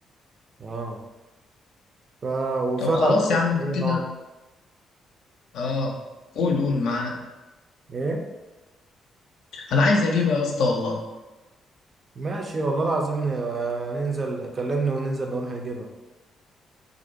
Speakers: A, on the right; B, on the left.
A: اه ف... وفيها
B: طب خلاص
A: برضه
B: يا عم
A: طحينه
B: كده اه قول قول معاك
A: ايه
B: انا عايز اجيبها يا اسطى والله
A: ماشي والله العظيم آه، ننزل كلمني وننزل نروح نجيبها